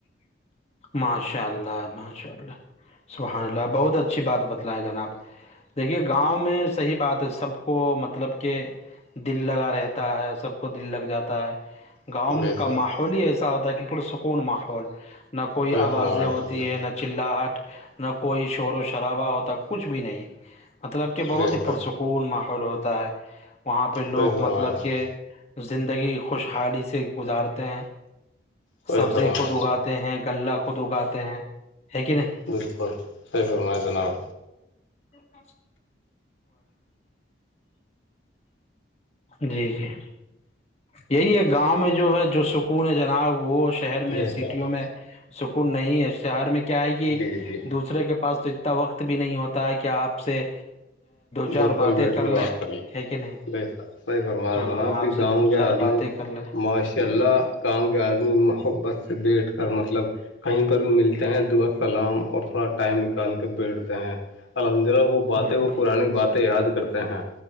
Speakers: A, on the left; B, on the left.
A: ماشاء اللہ ماشاء اللہ سبحان اللہ بہت اچھی بات بتلائے جناب دیکھیے گاؤں میں صحیح بات ہے سب کو مطلب کہ دل لگا رہتا ہے سب کو دل لگ جاتا ہے گاؤں
B: ہے بے
A: کا
B: شک
A: ماحول ہی ایسا ہوتا ہے کہ پرسکون ماحول نہ کوئی
B: صحیح
A: آوازیں
B: فرمایا
A: ہوتی
B: بالکل
A: ہے نہ نہ چلااہٹ نہ کوئی شور و شرابا ہوتا کچھ بھی نہیں مطلب کہ بہت
B: بے شک
A: ہی پرسکون ماحول ہوتا ہے وہاں پہ لوگ
B: صحیح فرمایا
A: مطلب
B: جناب
A: کہ زندگی خوشحالی سے گزارتے ہیں
B: صحیح
A: سبزی
B: فرمایا
A: خود اگاتے ہیں غلہ خود اگاتے ہیں ہے کہ نہیں
B: بالکل صحیح فرما جناب
A: <unintelligible> جی جی یہی ہے گاؤں میں جو ہے جو سکون ہے جناب وہ شہر میں
B: بے
A: سٹیوں
B: شک
A: میں سکون نہیں ہے شہر میں کیا ہے کہ
B: جی جی
A: دوسرے کے پاس تو اتنا وقت بھی نہیں ہوتا ہے کہ آپ سے چار
B: دو پل
A: باتیں
B: بیٹھ کے
A: لیں
B: بات کر لیا
A: ہے کہ نہیں
B: ب س صحیح فرما
A: ہاں
B: جناب کہ
A: آپ سے
B: گاؤں
A: دو
B: کے
A: چار
B: آدمی
A: باتیں کر لیں
B: ماشاء اللہ گاؤں کے آدمی محبت سے بیٹھ کر مطلب کہیی پر بھی ملتے ہیں دعا سلام اور تھوڑا ٹائم نکال کے بیٹھتے ہیں الحمد للہ وہ باتیں
A: بالکل
B: وہ پرانی باتیں یاد کرتے ہیں